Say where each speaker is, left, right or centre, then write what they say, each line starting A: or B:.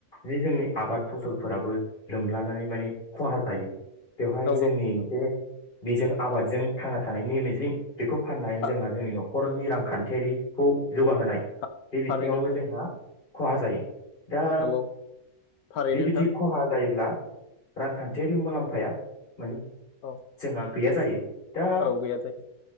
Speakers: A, on the left (about 35°); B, on the left (about 80°).
A: जे जोंनि आबाद फसलफोराबो। लोमलानानै माने खहा जायो । बेवहाय
B: नंगौ
A: जोंनि बे बेजों आबादजों। थांना थानायनि मिजिं। बेखौ फाननानै
B: था-
A: जोंहा जोंनि न'ख न'खरनि रांखान्थियारिखौ जौगाहोनाय
B: था-
A: बे बिथिङावबो
B: थारैनो नोंथां
A: जोंहा खहा जायो । दा
B: नंगौ थारैनो
A: बेबायदि
B: नोंथां
A: खहा जायोब्ला रांखान्थियारि मुलाम्फाया माने
B: औ
A: जोंहा गैया जायो ।
B: औ गैया जायो ।